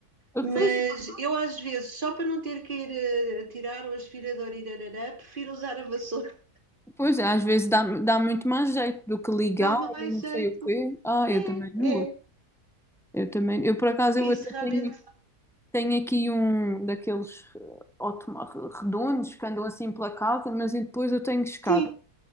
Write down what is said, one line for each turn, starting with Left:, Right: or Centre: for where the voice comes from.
Centre: Ah,
Right: Mas
Centre: Pois,
Right: eu às vezes, só para não ter que ir eh, tirar o aspirador e irarará, prefiro usar a vassoura.
Centre: pois, às vezes dá, dá muito mais jeito do
Right: <laughs>
Centre: que ligar
Right: Dá mais
Centre: e não
Right: jeito.
Centre: sei o quê. Ah,
Right: É,
Centre: eu também não gosto.
Right: é.
Centre: Eu também, eu por acaso
Right: Isso
Centre: eu até
Right: realmente,
Centre: tenho Tem aqui um daqueles eh, automa- redondos que andam assim pela casa, mas e depois eu tenho escada.
Right: sim.